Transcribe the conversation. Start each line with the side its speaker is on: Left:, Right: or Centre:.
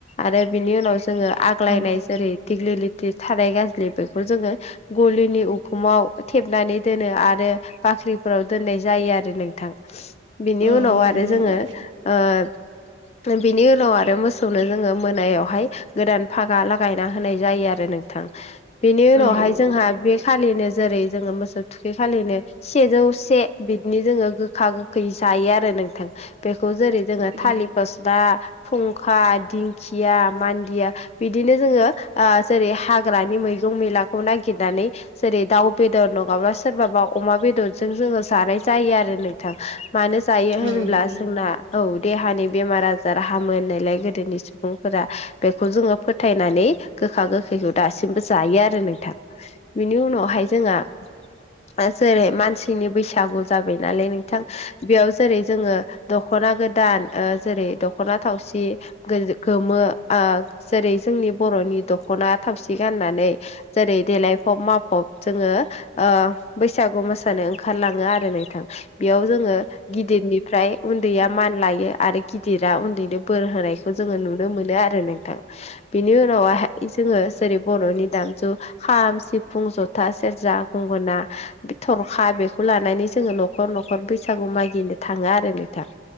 Left: आरो बिनि उनाव जोङो आग्लायनाय
Right: नंगौ
Left: जेरै दिग्लि लि- थाराइ गाज्लि बेखौ जोङो गलिनि उखुमाव थेबनानै दोनो आरो बाख्रिफोराव दोननाय जायो आरो नोंथां बिनि
Right: औ
Left: उनाव
Right: नंगौ
Left: आरो
Right: नोंथां
Left: जोङो ओ बिनि उनाव आरो मोसौनो जोङो मोनायावहाय गोदान फागा लागायना होनाय जायो आरो नोंथां बेनि उनावहाय
Right: औ
Left: जोंहा बे खालिनो जेरै जोङो मोसौ थुखै खालिनो सेजौ से बिदिनो जोङो गोखा गोखै जायो आरो नोंथां बेखौ जेरै जोङो
Right: औ
Left: थालिर फस्ला फुंखा दिंखिया मान्दिया बिदिनो जोङो आ जेरै हाग हाग्रानि मैगं मैलाखौ नायिरनानै जेरै दाउ बेदर नङाबा सोरबाबा अमा बेदरजों जोङो जानाय जायो आरो नोंथां मानो जायो होनब्ला
Right: औ नंगौ औ नंगौ औ नंगौ औ नोंथां औ नंगौ औ नंगौ नोंथां
Left: जोंना औ देहानि बेमार आजार हामोनायलाय गोदोनि सुबुंफोरा बेखौ जोङो फोथायनानै गोखा गोखैखौ दासिमबो जायो आरो नोंथां बिनि उनावहाय जोंहा बा जेरै मानसिनि बैसागु जाबाय नालाय नोंथां बेयाव जेरै जोङो दख'ना गोदान ओ जेरै ओ दख'ना थावसि गोमो ओ जेरै जोंनि बर'नि दख'ना थावसि गाननानै जेरै देलायफब माफब जोङो ओ बैसागु मोसानो ओंखारलाङो आरो नोंथां बेयाव जोङो गिदिरनि ओमफ्राय उन्दैया मान लायो आरो गिदिरा उन्दैनो बोर होनायखौ जोङो नुनो मोनो आरो नोंथां बिदि उनावहाय जोङो जेरै बर'नि दामजु खाम सिफुं जथा सेरजा गंगोना बे थर'खा बेखौ लानानै जोङो न'खर न'खर बैसागु मागदिनो थाङो आरो नोंथां